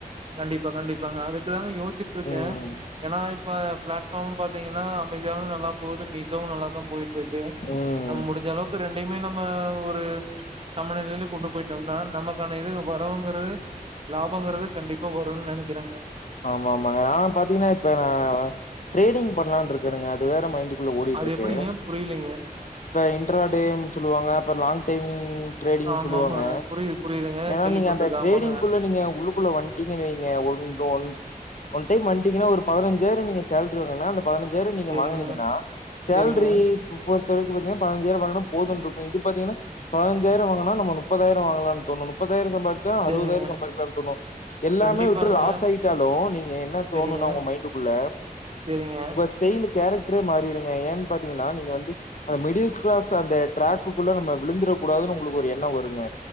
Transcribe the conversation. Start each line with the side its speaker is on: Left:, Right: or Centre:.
Right: கண்டிப்பா கண்டிப்பாங்க அதுக்குதாங்க யோசிச்சுட்டு இருக்கேன்
Left: ம்
Right: ஏனா இப்ப பிளாட்ஃபாம்முனு பாத்தீங்கனா ஆமேசானும் நல்லா போகுது மீசோவும் நல்லா தா போயிட் இருக்கு
Left: ம்
Right: நம்ம முடிஞ்ச அளவுக்கு ரெண்டையுமே நம்ப ஒரு சமநிலையில கொண்டு போயிட்டோம்னா நமக்கான இது வரவுங்குறது லாபங்குறது கண்டிப் இப்போ வருனு நெனைக்கிறங்க
Left: ஆமா ஆமாங்க நா பாத்தீங்கனா இப்ப நா ட்ரேடிங் பண்ணலானு இருக்கனுங்க அது வேற மைண்ட் உள்ள ஓடிட்டு
Right: அது
Left: இருக்கு
Right: எப்படிங்க? புரியலைங்க.
Left: இப்ப இன்ட்ரா டேனு சொல்லுவாங்க அப்ப லாங் டைம் ட்ரேடிங்
Right: ஆமாமாங்க.
Left: சொல்லுவாங்க
Right: புரியுது, புரியுதுங்க.
Left: ஏனா
Right: கேள்விப்பட்டுருக்கேன்.
Left: நீங்க அந்த ட்ரேடிங்குள்ள
Right: ஆமாங்க.
Left: நீங்க உள்ள உள்ளுகுள்ள வன்டீங்க வெய்ங்க ஒ ஒ ஒன் டைம் வன்டீங்கனா ஒரு பதினஞ்சாயிரோம் நீங்க சேலரி வாங்குனீங்கனா அந்த பதினஞ்சாயிரோம் நீங்க
Right: சரிங்க,
Left: வாங்குனீங்கனா சேல்ரி
Right: சரிங்க,
Left: முப்பத்தேழுக்கு பாத்தீங்கனா பதிஞ்சாயிரோ வாங்குனா போதுனு இருக்கும் இது பாத்தீங்ன்னா பதினஞ்சாயிரோம் வாங்குனா நம்ப நுப்பதாயிரோம் வாங்கலானு தோணும் முப்பதாயிரோம் சம்பா ச்சா
Right: சரிங்க.
Left: அறுவதாயிரோம் சம்பாதிக்கலாம்னு தோணு எல்லாமே
Right: கண்டிப்பாங்க.
Left: விட்டு லாஸ் டைட்டாலோ நீங்க என்ன தோணுனா
Right: சரிங்க,
Left: உங்க மைண்டுக்குள்ள
Right: சரிங்க.
Left: இப்ப ஸ்டைலு கேரக்டரே மாறிருங்க ஏன்னு பாத்தீங்கன்னா நீங்க வந்து அந்த மிடில் கிளாஸ் அந்த டிராக்குக்குள்ள நம்மப விழுந்துறக் கூடாதுனு உங்குளுக்கு ஒரு எண்ணோம் வருங்க